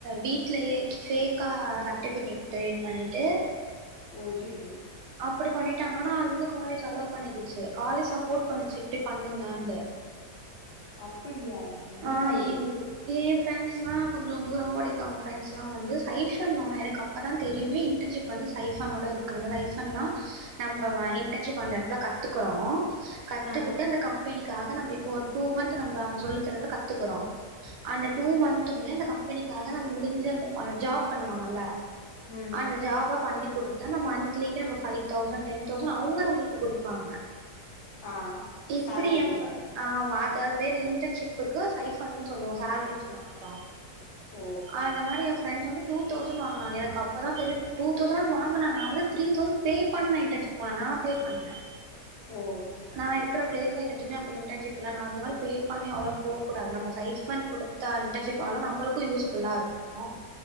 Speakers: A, on the right; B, on the left.
A: வீட்லயே பேஃக்கா சர்டிபிகேட் கிரியேட் பண்ணிட்டு.
B: ஓ ஐயையோ.
A: அப்படி பண்ணிட்டாங்கனா அது வந்து காலேஜ் அலவ் பண்ணிடுச்சு காலேஜ் சப்போர்ட் பண்ணுச்சு இப்ட்டி பண்ணுங்கட்டு
B: அப்படியா என்னடா
A: ஆஹ்
B: இது
A: ஏ ஏ ஐ ஃபிரென்ட்ஸ் இப்பலாம் கொஞ்சோ தூரமா படிக்கும் அவங்க ஃப்ரெண்ட்ஸ்லாம் வந்து சைஃபன்னோன்று எனக்கு அப்போ தான் தெரியுமே இன்டர்ன்ஷிப் வந்து சைஃபனோடு இருக்குதுன்னு சைஃபன்னா நம்ம இன்டர்ன்ஷிப் அந்த இடத்துல கத்துக்குறோம் கத்துக்கிட்டு
B: ஆ
A: அந்த கம் கம்பேனிகாக நம்ம இப்ப ஒரு டூ மந்த் நம்ம அவங்க சொல்லி கத்துக்குறோம் அந்த டூ மந்த்மே கம்பெனிக்காக முடிஞ்ச ஜாப் பண்ணுவாங்கல்ல
B: ம்
A: அந்த ஜாபா பண்ணி கொடுத்தா நம்ம monthly five thousand ten thousand அவுங்க நம்மளுக்கு கொடுப்பாங்க
B: ஆ
A: எப்படியப்ப
B: சேலரி மாரி
A: ஆமா அத வேற இன்டர்ன்ஷிப் க்கு சைஃபனு சொல்லுவ சனு சொல்ல மாட்டோம்
B: ஓ
A: அந்த மாதிரி ஃப்ரன்ஸ் வந்து டூ தௌசண்ட் வாங்கினாங்க எனக்கு அப்பதான் தெரியுது டூ தௌசண்ட் வாங்குனாங்க நா வந்து த்ரீ தௌசண்ட் பே பண்னுனேன் இன்டர்ஷிப் போனே நா பே பண்ணேன்
B: ஓ
A: நான் இருக்கிற பிளேஸ்ல எதுவுமே அப்படி இன்ர்ன்ஷிப் இல்ல நான் அந்த மாதிரி பே பண்ணி அவ்வளோ போகூடாது நம்ம சைஃபன் கொடுத்த இன்டர்ன்ஷிப் ஆவோ நம்மளு யூஸ்ஃபுல்லா இருக்கும்